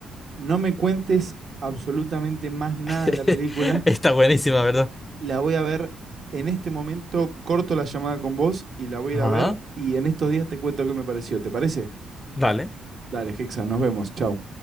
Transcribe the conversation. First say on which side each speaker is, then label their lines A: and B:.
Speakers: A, on the right; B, on the left.
A: No me cuentes absolutamente más nada
B: <laughs>
A: de la película
B: Está buenísima, ¿verdad?
A: la voy a ver en este momento, corto la llamada con vos y la voy
B: Ajá,
A: a ir a ver y en estos días te cuento qué me pareció. ¿Te parece?
B: dale.
A: Dale, Hexa, nos vemos. Chau.